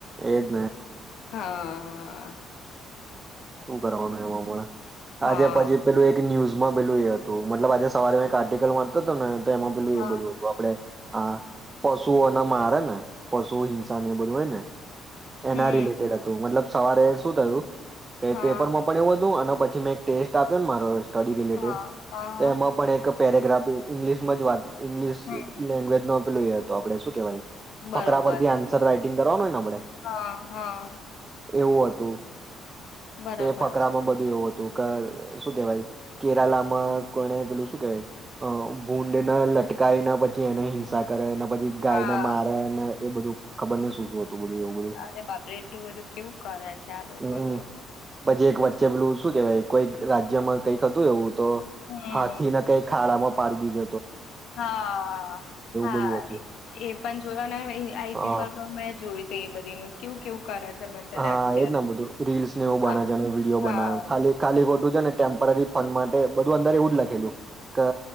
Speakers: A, on the right; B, on the left.
A: એ જ.
B: હા હા.
A: શું કરવાનું એમાં મળે
B: હા
A: આજે પછી પેલું એક ન્યુઝ. લું એ હતું મતલબ આજે સવારે આર્ટિકલ વાતો હતો ને. તો એમાં પેલું
B: હા
A: એ બધું હતું આપડણેે આ પશુઓના માર હે ને. પશુ હિંસા એ બધું હોય ને. એના
B: હમ
A: રિલેટેડ હતું મતલબ. સવારે શું થયું. એ
B: હા
A: પેપર માં પણ એવું હતું અને પછી મેં એક ટેસ્ટ આપ્યો ને મારો સ્ટડી રિલેટેડ
B: હા હા
A: એમાં પણ એક પેરાગ્રફ એ ઇંગ્લિશમાં જ વાત ઇંગ્લિશ
B: હમ
A: લેંગ્વેજ નો પેલ તો આપણે શું કેહેવાય
B: બરોબર
A: પકરાબર આન્સર રાઈટ કર કરવાવા નના
B: હા હા
A: એવું હતું
B: બરાબર
A: તે ફકરામાં
B: છે
A: બધું એવું હતું શું કેવાય કેરાલામાં કોને પેલું શું કેવાય ભૂડ ના લટકાય ના પછી એને હિંસા કરાય પછી ગાય
B: હા
A: ને મારે ને એ બધું ખબર ને શું શું હતું બધું એવું બધું
B: અરે બાપરે એટલું બધું કેવું કરે છે આ લોકો
A: હમ
B: તો
A: પછી એક વચ્ચે પેલું શું કેવાય કોઈક રાજ્યમાં કઈક હતું એવું તો
B: હમ
A: હાથી ના કઈ ખાડામાં પાર દી જ
B: હા હા
A: બધું હતું
B: એ પણ જોયો ને આઈજી
A: હા
B: પર પણ મેં જોય ત એ બધી ન્યઝ કેું કેવું કરે છે અત્યારે
A: હા
B: અત્યારે
A: એજ ને બધું રીલ્સ ને એું બના
B: આ-
A: છેનો વિડીયો બનાવ્યો
B: હા
A: ખાલી ખાલી ખોટું ને ટેમ્પરરી ફંડ માટે બધું અંદર એવું જ લખેલું ક